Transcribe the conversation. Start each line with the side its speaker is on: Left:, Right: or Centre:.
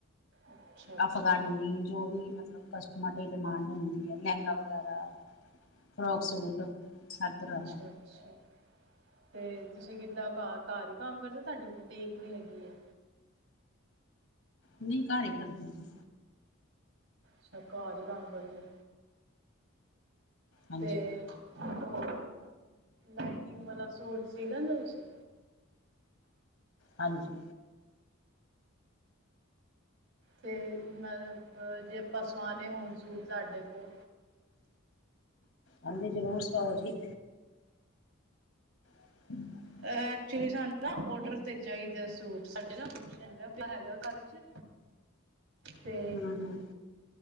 Right: ਅੱਛਾ ਅੱਛਾ
Left: ਅਫਗਾਨੀ ਜੋ ਵੀ ਮਤਲਬ ਕਸ ਟਮਰ ਡਿਮਾਂਡ ਹੁੰਦੀ ਏ ਲਹਿੰਗਾ ਵਗੈਰਾ ਫਰੋਕ ਸੂਟ ਹਰ ਤਰ੍ਹਾਂ
Right: ਅੱਛਾ
Left: ਦਾ
Right: ਅੱਛਾ ਤੇ ਤੁਸੀਂ ਕਿੱਦਾਂ ਘਾਰ-ਘਾਰ ਹੀ ਕੰਮ ਕਰਦੇ ਓ ਤੁਹਾਡੀ ਬੂਟੀਕ ਵੀ ਹੈਗੀ ਐ।
Left: ਨਹੀਂ ਘਰ ਹੀ ਕਰਦੀ ਜੀ।
Right: ਅੱਛਾ ਘਰ ਈ ਕੰਮ ਕਰਦੇ।
Left: ਹਾਂਜੀ
Right: ਤੇ ਓਹ ਲਾਈਨਿਂਗ ਵਾਲਾ ਸੂਟ ਸੀ ਲੈਂਦੇ ਤੁਸੀਂ
Left: ਹਾਂਜੀ
Right: ਫੇਰ ਮਤਲਬ ਜੇ ਅਪਾਂ ਸੂਆਨੇ ਹੋਨ ਸੂਟ ਸਾਡੇ ਕੋਲ।
Left: ਹਾਂਜੀ, ਜ਼ਰੂਰ ਸੁਆਓ ਜੀ। <unintelligible>
Right: ਐਕਚੁਲੀ ਸਾਨੂੰ ਨਾ ਔਡਰ ਤੇ ਚਾਹੀਦੇ ਸੂਟ ਸਾਡੇ ਨਾ <unintelligible> ਵਿਆਹ ਹੈਗਾ ਘਰ ਚ। ਤੇ
Left: ਹਮ ਹਮ